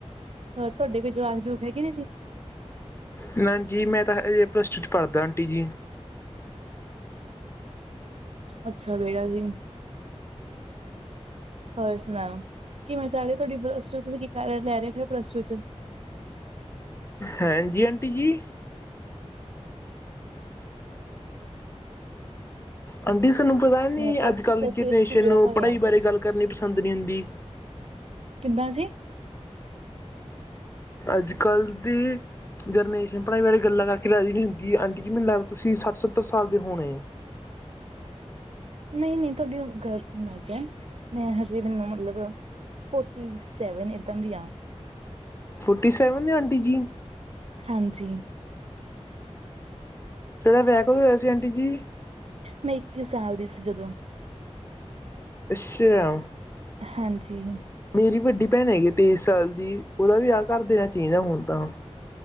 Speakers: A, on the right; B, on the left.
A: ਹੋਰ ਤੁਹਾਡੇ ਵੀ ਜਵਾਖ ਜਵੁਖ ਹੈਗੇ ਨੇ ਜੀ।
B: ਨਾ ਜੀ ਮੈਂ ਤਾ ਹਜੇ ਪਲੱਸ ਟੂ ਚ ਪੜਦਾ, ਆਂਟੀ ਜੀ।
A: ਅੱਛਾ, ਬੇਟਾ ਜੀ। ਹੋਰ ਸੁਣਾਓ ਕਿਵੇਂ ਚੱਲ ਰਹੀ ਆ ਪਲੱਸ ਟੂ ਚ
B: ਹਾਂਜੀ, ਆਂਟੀ ਜੀ। ਆਂਟੀ ਸਾਨੂੰ ਪਤਾ ਨੀ
A: ਮੈਂ ਕਿਹਾ
B: ਅੱਜ-ਕੱਲ੍ਹ
A: ਤੁਸੀਂ ਪਲੱਸ
B: ਦੀ
A: ਟੂ
B: ਜਨਰੇਸ਼ਨ
A: ਵਿੱਚ ਕੀ
B: ਨੂੰ
A: ਲਿਆ ਹੋਇਆ
B: ਪੜਾਈ ਬਾਰੇ ਗੱਲ ਕਰਨੀ ਪਸੰਦ ਨੀ ਹੁੰਦੀ।
A: ਕਿੱਦਾਂ ਜੀ?
B: ਅੱਜ-ਕੱਲ੍ਹ ਦੀ ਜਰਨੇਸ਼ਨ ਪੜਾਈ ਬਾਰੇ ਗੱਲਾ ਕਾਰਕੇ ਰਾਜੀ ਨੀ ਹੁੰਦੀ, ਆਂਟੀ ਜੀ ਮੈਨੂੰ ਲੱਗਦੈ ਤੁਸੀ ਸੱਠ-ਸੱਤਰ ਸਾਲ ਦੇ ਹੋਣੇ।
A: ਨਈਂ, ਨਈਂ, ਤੁਹਾਡੀ ਗ਼ਲਤ ਅਂਦਾਜੈ, ਮੈਂ ਹਜੇ ਮੈਨੂੰ ਮਤਲਬ ਫੋਟੀ ਸੈਵਨ ਇਦਾਂ ਦੀ ਆਂ।
B: ਫੋਟੀ ਸੈਵਨ ਆ, ਆਂਟੀ ਜੀ।
A: ਹਾਂਜੀ।
B: ਤੁਆਡਾ ਵਿਆਹ ਕਦੋ ਹੋਇਆ ਸੀ, ਆਂਟੀ ਜੀ?
A: ਮੈਂ ਇੱਕੀ ਸਾਲ ਦੀ ਸੀ ਜਦੋਂ,
B: ਅੱਛਿਆ।
A: ਹਾਂਜੀ।
B: ਮੇਰੀ ਵੱਡੀ ਭੈਣ ਹੈਗੀ ਤੇਈਸ ਸਾਲ ਦੀ, ਉਹਦਾ ਵੀ ਵਿਆਹ ਕਰ ਦੇਣਾ ਚਾਈਦਾ ਹੁਣ ਤਾਂ